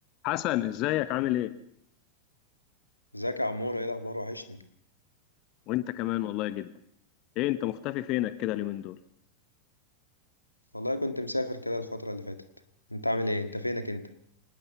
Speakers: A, on the left (about 40°); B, on the left (about 90°).
A: حسن ازيك عامل ايه
B: ازيك يا عمور ايه الاخبار وحشني
A: وانت كمان والله جدا ايه انت مختفي فينك كده اليومين دول
B: والله كنت مسافر كده الفتره اللي فاتت انت عامل ايه انت فينك انت